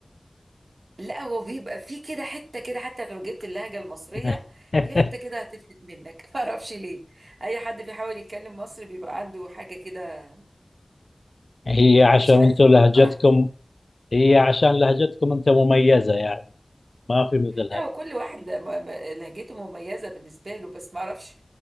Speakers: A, on the right; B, on the left.
A: لا هو بيبقى في كده حتة كده حتى لو جبت اللهجة المصرية
B: <laughs>
A: في حتة كده هتفلت منك <laughs> ما اعرفش ليه اي حد بيحاول يتكلم مصري بيبقى عنده حاجة كده
B: هي عشان
A: مش عارف
B: أنتوا لهجتكم
A: <laughs> والله
B: هي عشان لهجتكم أنت مميزة يعني ما في مثلها
A: لا هو كل واحد ل- م- م- لهجته مميزة بالنسبة له بس ما اعرفش